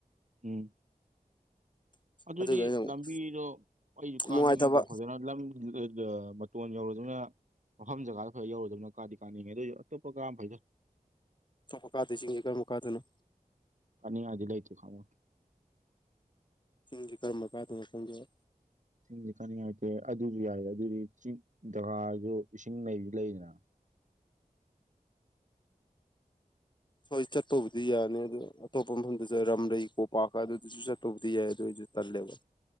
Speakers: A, on the right; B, on the left.
A: ꯎꯝ ꯑꯗꯨꯗꯤ
B: ꯑꯗꯨꯗ ꯑꯩꯅ ꯑꯃꯨꯛ
A: ꯂꯝꯕꯤꯗꯣ ꯑꯩꯁꯨ ꯀꯥꯅꯤꯡꯉꯤꯀꯣ
B: ꯅꯨꯡꯉꯥꯏꯇꯕ
A: ꯐꯖꯅ ꯂꯝ ꯃꯇꯣꯟ ꯌꯧꯔꯖꯨꯅ ꯃꯐꯝ ꯖꯒꯥꯗ ꯈꯔ ꯌꯧꯔꯨꯗꯕꯅ ꯀꯗꯤ ꯀꯥꯅꯤꯡꯉꯤ ꯑꯗꯨꯏꯁꯨ ꯑꯇꯞꯄ ꯀꯥꯕꯅꯥ ꯐꯩꯗꯥ
B: ꯑꯊꯣꯛꯄ ꯀꯥꯗꫭꯏ ꯆꯤꯡꯁꯦ ꯀꯔꯝꯕ ꯀꯥꯗꯣꯏꯅꯣ
A: ꯀꯅꯤꯉꯥꯏꯗꯤ ꯂꯩꯥꯏꯇꯦ ꯈꯜꯂꫭ
B: ꯆꯤꯡꯁꯤ ꯀꯔꯝꯕ ꯀꯥꯗꫭꯏꯅꯣ ꯈꯪꯗ‌ꯦ
A: ꯆꯤꯡꯁ‌ꯦ ꯀꯥꯅꯤꯡꯉꯥꯏꯇꯦ ꯑꯗꯨꯁꯨ ꯌꯥꯏꯦ ꯑꯗꯨꯗꯤ ꯆꯤꯡ ꯖꯒꯥꯁꯨ ꯏꯁꯤꯡ ꯂꯩꯩꯁꯨ ꯂꯩꯗꯅ
B: ꯍꯣꯏ ꯆꯠꯄꯕꯨꯗꯤ ꯌꯥꯅꯤ ꯑꯗꯨ ꯑꯇꯣꯞꯄ ꯃꯐꯝꯗꯁꯨ ꯔꯥꯝꯂꯩ ꯀꯣꯄꯥꯛꯀ ꯑꯗꯨꯗꯁꯨ ꯆꯠꯄꯕꯨꯗꯤ ꯌꯥꯏ ꯑꯗꯨꯏꯁꯨ ꯇꯜꯂꯦꯕ